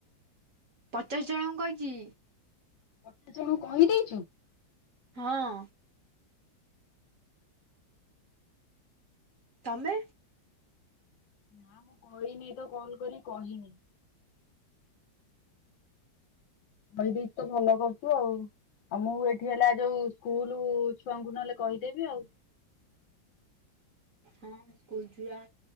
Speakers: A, on the right; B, on the left.
A: ପଚାଶ ଜଣଙ୍କୁ କହିଚି।
B: ଏତେ ଜଣୁ କହିଦେଇଛୁ?
A: ହଁ। ତମେ?
B: ନା ମୁଁ କହିନି ତ କଲ କଲି କହିନି? କହିଦେଇଛୁ ତ ଭଲ କରୁଛୁ ଆଉ ଆଉ ମୁଁ ଏଠି ହେଲା ଯୋଉ ସ୍କୁଲ ଛୁଆଙ୍କୁ ନହେଲେ କହିଦେବି ଆଉ
A: ହଁ ସ୍କୁଲ ଛୁଆ